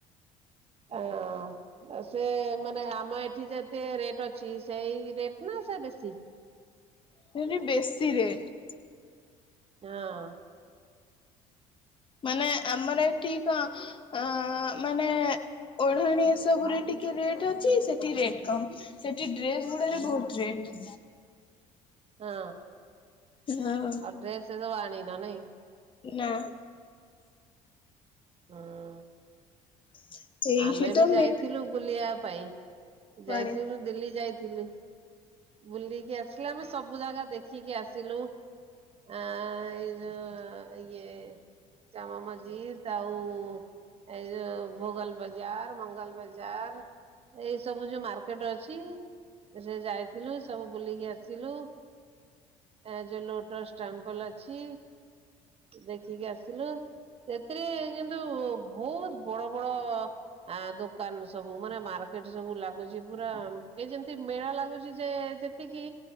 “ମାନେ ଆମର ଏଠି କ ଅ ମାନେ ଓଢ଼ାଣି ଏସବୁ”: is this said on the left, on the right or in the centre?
Left